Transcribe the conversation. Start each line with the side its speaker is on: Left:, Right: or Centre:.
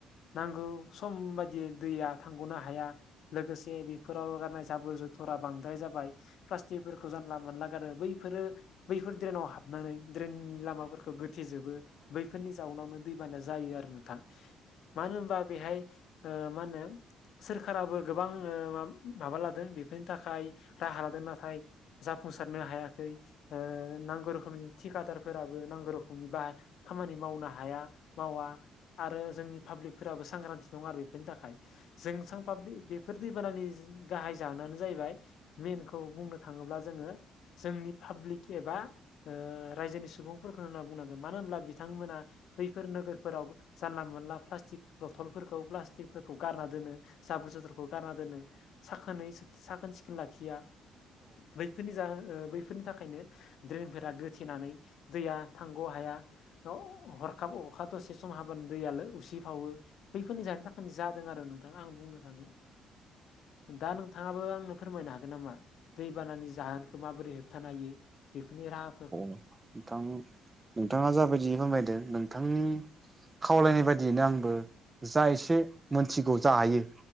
Left: नांगौ सम बायदियै दैया थांगनो हाया। लोगोसे बेफोराव गारनाय जाबोर जुथुरा बांद्राय जाबाय। प्लास्टिकफोरखौ जानला मोनला गारो बैफोरो बैफोर ड्रेनाव हाबनानै ड्रेननि लामाफोर खौ गोथेजोबो बैफोरनि जाउनावनो दैबाना जायो आरो नोंथां। मानो होनोमबा बेहाय ओ मा होनो सोरखाराबो गोबां ओ मा माबा लादों बेफोरनि थाखाय राहा लादों नाथाय जाफुंसारनो हायाखै ओ नांगौ रोखोमनि थिकादारफोराबो नांगौ रोखोमनि बा खामानि मावनो हाया। मावा आरो जोंनि पाब्लिकफोराबो सांग्रांथि नङा आरो बेफोरनि थाखाय जोंसां पाब्लिक बे बेफोर दैबानानि गाहाय जानायानो जाहैबाय मेनखौ बुंनो थाङोब्ला जोङो जोंनि पाब्लिक एबा ओ रायजोनि सुबुंफोरखौ होनना बुंनांगोन मानो होनोमब्ला बिथांमोना बैफोर नोगोरफोराव जानला मोनला प्लास्टिक बथलफोरखौ प्लास्टिकफोरखौ गारना दोनो जाब्रु जथरखौ गारना दोनो। साखोनै साखोन सिखोन लाखिया बै बेफोरनि जा बैफोरनि थाखायनो ड्रेनफोरा गोथेनानै दैया थांगौ हाया। हरखाब अरखा दसे सम हाब दैआलो उसि फावो बैफोरनि जानोनि थाखायनो जादों आरो न नों आं बुंनो थाङो दा नोंथाङाबो आंनो फोरमायनो हागोन नामा दैबानानि जाहोनखौ माबोरै हो बथानो हायो बेफोरनि राहाफोरखौ
Right: नोंथां नोंथाङा जाबायदि फोरमायदों नोंथां खावलायनाय बायदियैनो आंबो जा एसे मोनथिगौ जा हायो